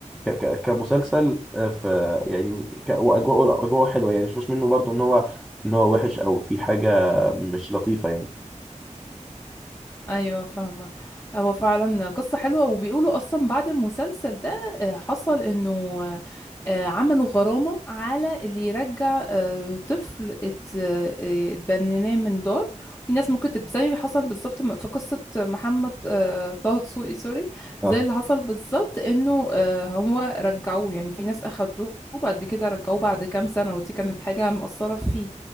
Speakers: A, in the centre; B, on the left.
A: ك ك كمسلسل آه، ف يعني ك واجواءه اجواءه حلوه يعني مش منه برضو ان هو ان هو وحش او في حاجه مش لطيفه يعني
B: ايوه فاهمه هو فعلا قصه حلوه وبيقولوا اصلا بعد المسلسل ده آه، حصل انه آه، عملوا غرامه على اللي يرجع آه، طفل ات- آه، اتبنيناه من دار في ناس ممكن تت- زي ما حصل بالظبط في قصه محمد آه، طه دسوقي سوري
A: اه
B: زي اللي حصل بالظبط انه آه، هو رجعوه يعني في ناس اخدوه وبعد كده رجعوه بعد كام سنه ودي كانت حاجه مأثره فيه